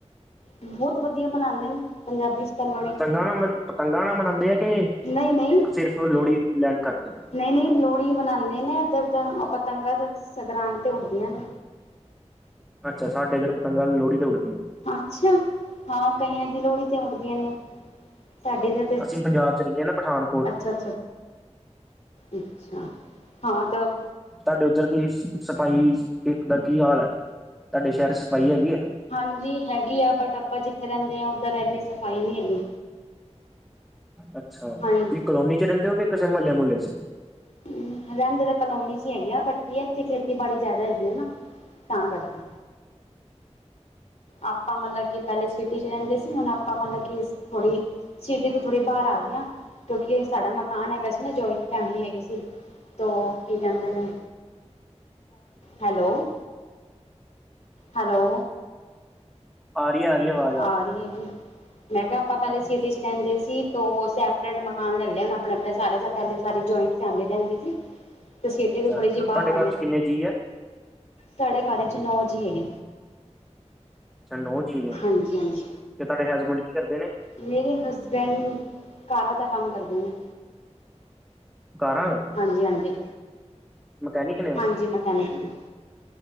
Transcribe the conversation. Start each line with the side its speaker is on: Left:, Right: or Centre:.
Left: ਬਹੁਤ ਵਧੀਆ ਬਣਾਉਂਦੇ ਨੇ ਪੰਜਾਬੀ ' ਤਾਂ ਲੋੜੀ
Centre: ਪਤੰਗਾਂ ਨਾਲ ਪਤੰਗਾਂ ਨਾਲ ਮਨਾਉਂਦੇ ਆ ਕਿ
Left: ਨਹੀਂ ਨਹੀਂ
Centre: ਸਿਰਫ ਲੋਹੜੀ ਲੈਣ ਕਰਕੇ
Left: ਨਹੀਂ ਨਹੀਂ ਲੋਹੜੀ ਮਨਾਉਂਦੇ ਨੇ ਇੱਧਰ ਤਾਂ ਪਤੰਗਾ ਤਾਂ ਸਕਰਾਂਤ ਤੇ ਉਡਦੀਆਂ ਨੇ
Centre: ਅੱਛਾ ਸਾਡੇ ਇੱਧਰ ਪਤੰਗਾਂ ਲੋਹੜੀ ਤੇ ਉਡਦੀਆਂ
Left: ਅੱਛਾ ਹਾਂ ਕਈਆਂ ਦੀ ਲੋਹੜੀ ਤੇ ਉਡਦੀਆਂ ਨੇ ਸਾਡੇ ਤੇ
Centre: ਅਸੀਂ ਪੰਜਾਬ ਚ ਰਹਿੰਦੇ ਆ ਨਾ ਪਠਾਨਕੋਟ
Left: ਅੱਛਾ ਅੱਛਾ ਅੱਛਾ ਹਾਂ ਤਾਂ
Centre: ਤੁਹਾਡੇ ਉੱਧਰ ਦੀ ਸਫ਼ਾਈ ਦਾ ਕੀ ਹਾਲ ਹੈ ਤੁਹਾਡੇ ਸ਼ਹਿਰ ਚ ਸਫ਼ਾਈ ਹੈਗੀ ਹੈ
Left: ਹਾਂਜੀ ਹੈਗੀ ਆ ਬਟ ਆਪਾਂ ਜਿੱਥੇ ਰਹਿੰਦੇ ਹਾਂ ਉੱਧਰ ਇਨੀ ਸਫ਼ਾਈ ਨਹੀਂ ਹੈਗੀ
Centre: ਅੱਛਾ
Left: ਹਾਂਜੀ
Centre: ਇਹ ਕਲੋਨੀ ਚ ਰਹਿੰਦੇ ਹੋ ਕਿ ਕਿਸੇ ਮਹੱਲੇ ਮੁਹੱਲੇ ਚ
Left: ਹਮ ਰਹਿੰਦੇ ਤਾਂ ਕਲੋਨੀ ਚ ਹੀ ਹੈਗੇ ਆ ਬਟ ਕੀ ਹੈ ਇੱਥੇ ਖੇਤੀਬਾੜੀ ਜ਼ਿਆਦਾ ਹੈਗੀ ਆ ਨਾ। ਤਾਂ ਕਰਕੇ ਆਪਾਂ ਮਤਲਬ ਕੀ ਪਹਿਲੇ ਸਿਟੀ ਚ ਰਹਿੰਦੇ ਸੀ ਹੁਣ ਆਪਾਂ ਮਤਲਬ ਕਿ ਥੋੜ੍ਹੀ ਸਿਟੀ ਤੋਂ ਥੋੜ੍ਹੀ ਬਾਹਰ ਆ ਗਏ ਹਾਂ ਕਿਉਂਕਿ ਸਾਡਾ ਮਕਾਨ ਹੈਗਾ ਸੀ ਨਾ ਜਇੰਟ ਫੈਮਲੀ ਹੈਗੀ ਸੀ। ਤੋ ਕੀ ਕਹਿੰਦੇ ਨੇ, ਹੈਲੋ ਹੈਲੋ
Centre: ਆਰੀ ਆਰੀ ਆਵਾਜ
Left: ਆ ਰਹੀ ਹੈਗੀ ਮੈਂ ਕਿਹਾ ਆਪਾਂ ਪਹਿਲੇ
Centre: ਹਾਂਜੀ
Left: ਸਿਟੀ ਚ ਰਹਿੰਦੇ ਸੀ ਤ ਸ ਡਾ ਮਕਾਨ ਲੈ ਲਿਆ ਆਪਣੇ ਆਪਣੇ ਸਾਰੇ ਪਹਿ ਸਾਰੀ ਜੁਆਇੰਟ ਫੈਮਿਲੀ ਰਹਿੰਦੀ ਸੀ ਤੇ ਸਟੇ
Centre: ਅੱਛਾ
Left: ਤੋਂ ਥੋੜੀ
Centre: ਅੱਛਾ
Left: ਜਿਹੀ
Centre: ਤੁਹਾਡੇ
Left: ਬਾਹਰ ਆ ਗਏ
Centre: ਘਰ ਚ ਕਿੰਨੇ ਜੀਅ ਹੈ
Left: ਸਾਡੇ ਘਰ ਚ ਨੌ ਜੀ ਹੈਗੇ
Centre: ਨੋ ਜੀ ਨੇ
Left: ਹਾਂਜੀ ਹਾਂਜੀ
Centre: ਤੇ ਤੁਹਾਡੇ ਹਸਬੈਂਡ ਕੀ ਕਰਦੇ ਨੇ
Left: ਮੇਰੇ ਹਸਬੈਂਡ ਕਾਰਰਾਂ ਦਾ ਕੰਮ ਕਰਦੇ ਨੇ
Centre: ਕਾਰਾਂ
Left: ਹਾਂਜੀ ਹਾਂਜੀ
Centre: ਮਕੈਨਿਕ ਨੇ ਉਹ
Left: ਹਾਂਜੀ ਮਕੈਨਿਕ ਨੇ